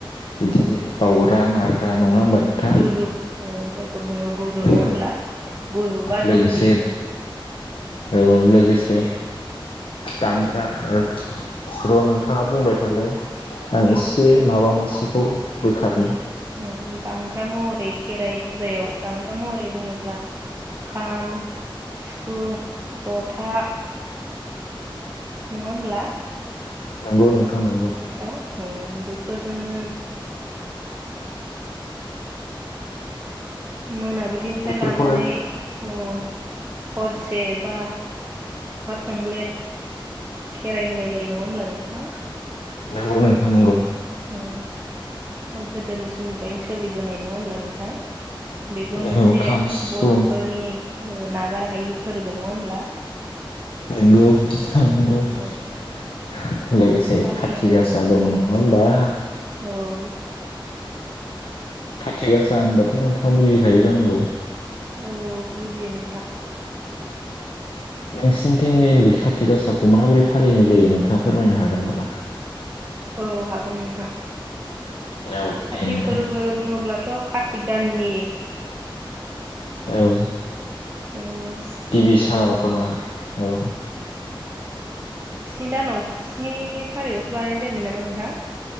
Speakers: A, on the left (about 80°); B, on the right (about 30°).
A: बिदि बावउग्रा माग्रा ग्रा नङा होनोमबा नोंथां
B: गुरु औ जायखौ बुङो गुरु नङा
A: औ
B: होमब्ला गुरु बा
A: लोगोसे
B: दौरि
A: औ लोगोसे दामग्रा र' नोंथाङा बुंबाय थालाय आं
B: औ
A: एसे माबा मोनसेखौ बोखारनि
B: औ दामग्रा महरै खेराइ फुजायाव दामग्रा महरै बुङोब्ला खाम सिफुं जथा नङा होमब्ला
A: नांगौ नोंथां नंगौ
B: दाउ उम बेफोरजोंनो मोना ब्लिनिफ्राय
A: बेफोरखौनो
B: लानानै ओम हरसे बा अखा थंब्लेट खेराइ होनाय जायो नङा होमब्ला नोंथां
A: नंगौ नोंथां नंगौ
B: गोदोनि समाव स्कुलनिफ्रायनो सोलिबोनाय नङा होमब्ला नोंथां बेबो
A: नंगौ
B: मोनसे
A: खाम सिफुं
B: बर'फोरनि न नागार हायि फोरबो नङा होमब्ला?
A: नंगौ नोंथांनंगौ आरो
B: औ
A: <unintelligible> लोगोसे
B: गामि
A: खाथि
B: औ
A: गासा दं नङा होमबा? आ
B: औ
A: खाथि गासा होनबाथ नोंथाङा बुजिखायो जानांगौ
B: औ बुजियो नोंथां
A: नोंसिनिथिं मेनलि खाथि गासाखौ माबोरै फालिनाय जायो नोंथाङा फोरमायनो हागोन नामा?
B: औ हागोन नोंथां
A: औ
B: काति
A: दे नोंथां
B: फोरबो बुङोब्लाथ कार्तिक दाननि
A: औ
B: औ
A: गिबि सानाव खोमा औ
B: स्नि दानाव स्नि थारिखआवसो बानायनाय जायोमोन नामा नोंथां?